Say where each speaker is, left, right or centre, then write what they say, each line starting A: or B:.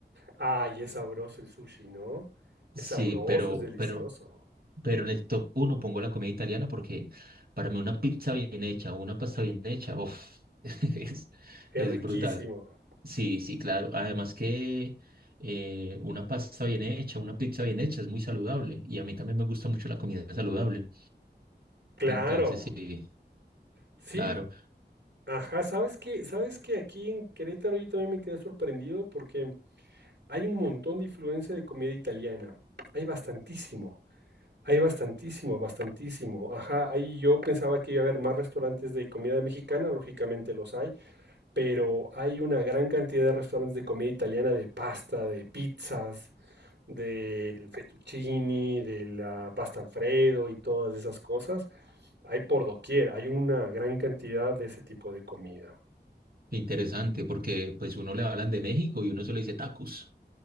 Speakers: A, on the right; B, on the right.
A: Ay, es sabroso el sushi, ¿no? Es
B: Sí,
A: sabroso,
B: pero,
A: es delicioso,
B: pero, pero en el top uno pongo la comida italiana porque para mí una pizza bien hecha o una pasta bien hecha, uf, <laughs> es,
A: es
B: es
A: riquísimo.
B: brutal. Sí, sí, claro. Además que eh, una pasta bien hecha, una pizza bien hecha es muy saludable y a mí también me gusta mucho la comida saludable.
A: Claro,
B: Entonces, sí,
A: sí,
B: claro.
A: ajá, ¿sabes qué? ¿Sabes que aquí en Querétaro yo también me quedé sorprendido porque hay un montón de influencia de comida italiana. Hay bastantísimo, hay bastantísimo, bastantísimo. Ajá, ahí yo pensaba que iba a haber más restaurantes de comida mexicana, lógicamente los hay. pero hay una gran cantidad de restaurantes de comida italiana, de pasta, de pizzas, del fettuccini, de la pasta Alfredo y todas esas cosas. Hay por doquier, hay una gran cantidad de ese tipo de comida.
B: Interesante, porque pues uno le hablan de México y uno solo dice tacos.